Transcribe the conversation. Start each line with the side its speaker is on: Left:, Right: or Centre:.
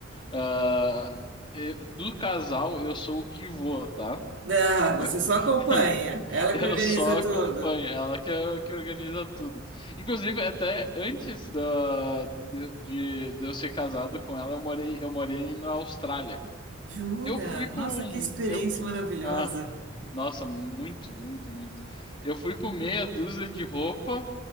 Left: Ah, e- do casal, eu sou o que vou, tá?
Right: Ah, você
Left: Eu,
Right: só acompanha.
Left: <laughs>
Right: Ela
Left: eu
Right: que organiza
Left: só acompanho,
Right: tudo.
Left: ela que, é- que organiza tudo. Inclusive, até antes da, de, de, de eu ser casado com ela, eu morei, eu morei na Austrália.
Right: Jura?
Left: Eu fui com.
Right: Nossa, que experiência
Left: Eu,
Right: maravilhosa.
Left: Ah, nossa, muito, muito, muito. Eu fui com meia dúzia de roupa,